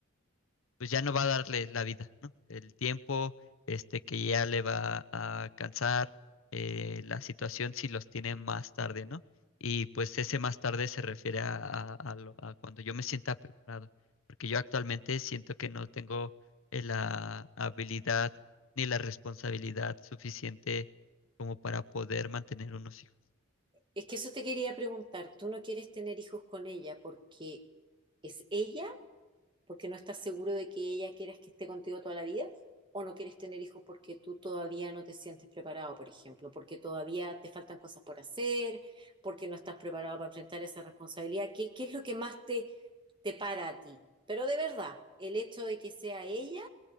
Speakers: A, on the left (about 70°); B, on the right (about 25°).
A: pues ya no va a darle la vida, ¿no? El tiempo, este, que ya le va a cansar, eh, la situación si los tiene más tarde, ¿no? Y pues ese más tarde se refiere a, a- a lo- a cuando yo me sienta preparado, porque yo actualmente siento que no tengo eh, la habilidad ni la responsabilidad suficiente como para poder mantener unos hijos.
B: Es que eso te quería preguntar, ¿tú no quieres tener hijos con ella porque es ella, porque no estás seguro de que ella quieras que esté contigo toda la vida, o no quieres tener hijos porque tú todavía no te sientes preparado, por ejemplo, porque todavía te faltan cosas por hacer, porque no estás preparado para enfrentar esa responsabilidad? ¿Qué, qué es lo que más te, te para a ti? Pero de verdad, el hecho de que sea ella